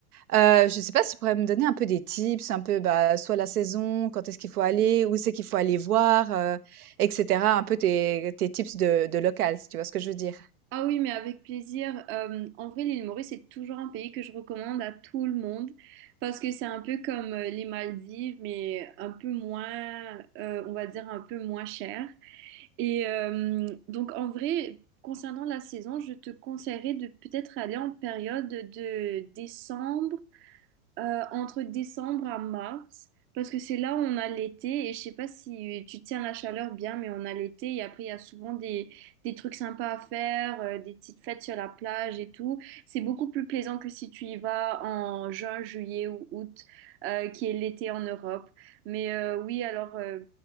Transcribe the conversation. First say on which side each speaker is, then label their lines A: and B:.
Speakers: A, on the right; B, on the right.
A: Euh, je sais pas si tu pourrais me donner un peu des tips, un peu bah, soit la saison, quand est-ce qu'il faut aller, où c'est qu'il faut aller voir, euh, etc. Un peu tes, tes tips de, de local, si tu vois ce que je veux dire.
B: Ah oui, mais avec plaisir. Euh, en vrai, l'île Maurice, c'est toujours un pays que je recommande à tout le monde parce que c'est un peu comme euh, les Maldives, mais un peu moins, euh, on va dire un peu moins cher. Et euh, donc, en vrai, concernant la saison, je te conseillerais de peut-être aller en période de décembre Euh, entre décembre à mars, parce que c'est là où on a l'été, et je sais pas si tu tiens la chaleur bien, mais on a l'été, et après il y a souvent des, des trucs sympas à faire, euh, des petites fêtes sur la plage et tout. C'est beaucoup plus plaisant que si tu y vas en juin, juillet ou août, euh, qui est l'été en Europe. Mais euh, oui, alors euh,